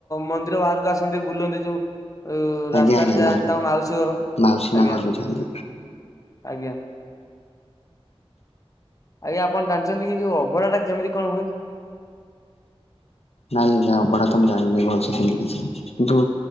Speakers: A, on the left (about 35°); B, on the left (about 80°).
A: ମନ୍ଦିର ବାହାରକୁ ଆସନ୍ତି ବୁଲନ୍ତି ଯୋଉ
B: ଆଜ୍ଞା
A: ରାସ୍ତାରେ
B: ଆଜ୍ଞା
A: ଯାଆନ୍ତି ତମ ମାଉସୀ ଘରକୁ
B: ମାଉସୀ ମା
A: ଆଜ୍ଞା।
B: ଘରକୁ ଯାଆନ୍ତି।
A: ଆଜ୍ଞା। ଆଜ୍ଞା ଆପଣ ଜାଣିଛନ୍ତି କି ଯୋଉ ଅଭଢା ଟା କେମିତି କଣ ହୁଏ?
B: ନାଇଁ ଅଭଢା ତ ମୁ ଜାଣି ଭଲସ ସେମିତି କିଛି, କିନ୍ତୁ